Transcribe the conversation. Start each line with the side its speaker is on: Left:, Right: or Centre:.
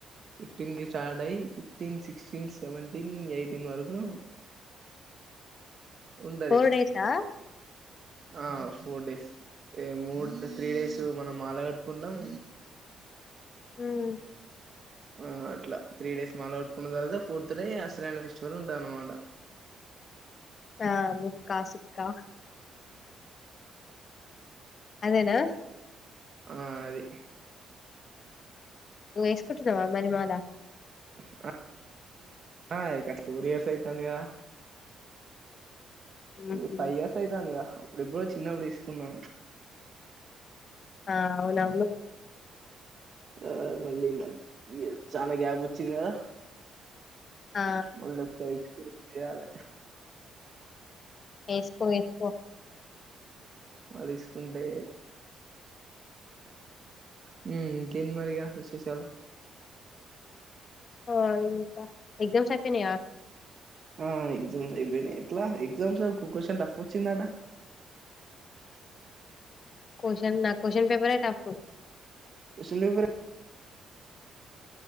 Right: ఫిఫ్టీన్ కి స్టార్ట్ అయి ఫిఫ్టీన్ సిక్స్టెన్ సెవెంటిన్ ఎయిటీన్ వరకు ఉంటది
Left: ఫోర్ డేసా
Right: ఆ ఫోర్ డేస్ ఏ మూడు త్రీ డేస్ మనం ఆలగట్టుకుంటాం.
Left: హ్మ్
Right: ఆ అట్లా త్రీ డేస్ మాల అట్కున్న తర్వాత ఫోర్త్ డే అసలైన ఫెస్టివల్ ఉందన్నమాట
Left: ఆ ముక్కా సుక్కా అదేనా
Right: ఆ అది
Left: నువ్వ్ వేసుకుంటున్నావా మరి మాలా
Right: <unintelligible> ఆ ఇక ఫోర్ ఇయర్స్ అయితందిగా
Left: ఉహు
Right: ఈ ఫైవ్ ఇయర్స్ ఐతాన్దిగా ఇప్పుడిప్పుడో చిన్నప్పుడు దీసుకున్నా
Left: ఆ అవునవును
Right: ఆ మళ్ళీ మన్ చాలా గ్యాప్ వచ్చింది కదా
Left: ఆ
Right: మల్లొక్సారి ఎక్స్పీరియన్స్ ఇయ్యాలి
Left: ఎసుకో ఎతుకో
Right: వాల్దిస్కుంటే హ్మ్ ఇంకేంది మరి ఇగా విశేషాలు
Left: ఆ ఇంకా ఎగ్జామ్స్ అప్పనాయా
Right: ఆ ఎగ్జామ్స్ అయిపోయినాయి ఎట్లా ఎగ్జామ్స్ క్వశ్చన్ టఫ్ వచ్చిందాట
Left: క్వశ్చన్ నా క్వశ్చన్ పేపర్ టఫ్
Right: క్వశ్చన్ పేపరే ఎ